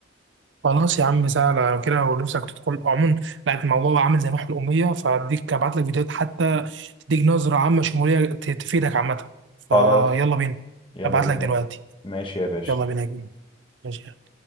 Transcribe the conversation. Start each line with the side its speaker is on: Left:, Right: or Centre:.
Right: خلاص يا عم سهلة لو كده لو نفسك تدخل عموما بعد الموضوع عامل زي ما احنا الأمية فأديك أبعت لك فيديوهات حتى تديك نظرة عامة شمولية ت- تفيدك عامة فيلا
Left: خلاص
Right: بينا
Left: يلا
Right: أبعت
Left: بينا
Right: لك دلوقتي
Left: ماشي يا باشا
Right: يلا بينا يا كبير ماشي